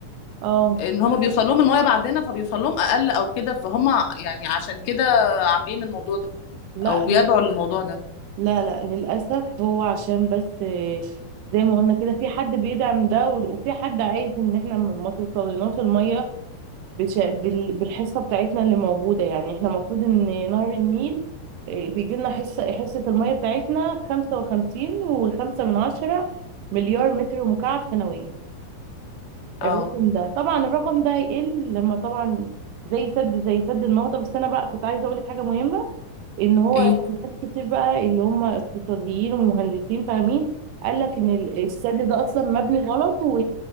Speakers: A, on the right (about 85°); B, on the left (about 80°).
A: اه
B: ان هم بيوصل لهم المايه بعدنا فبيوصل لهم اقل او كده فهم يعني عشان كده عاملين الموضوع ده
A: لا
B: او بيدعوا
A: لل...
B: للموضوع ده
A: لا لا للاسف هو عشان بس آه، زي ما قلنا كده في حد بيدعم ده و- وفي حد عايز ان احنا ما ما توصلناش الميه بش... بال... بالحصة بتاعتنا اللي موجودة يعني احنا المفروض ان نهر النيل آه، بيجي لنا حصة حصة المية بتاعتنا خمسة وخمسين وخمسة من عشرة مليار متر مكعب سنويا
B: اه
A: الرقم ده طبعا الرقم ده هيقل لما طبعا زي سد زي سد النهضة بس انا بقى كنت عايزة اقولك حاجة مهمة ان هو
B: ايه
A: ناس كتير بقى اللي هم اقتصاديين ومهندسين فاهمين قالك ان ال- السد ده اصلا مبني غلط